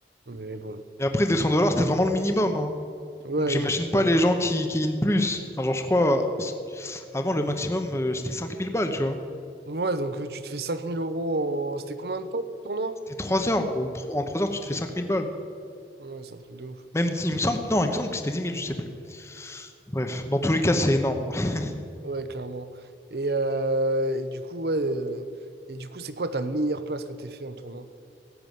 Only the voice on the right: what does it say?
Mais bon.
Ouais,
genre.
euh,
Ouais, donc euh, tu te fais 5000 euros en... C'était combien de temps, le tournoi?
Ouais, c'est un truc de ouf.
Ouais, clairement. Et, euh, et du coup, ouais. euh, Et du coup, c'est quoi ta meilleure place que t'es fait en tournoi?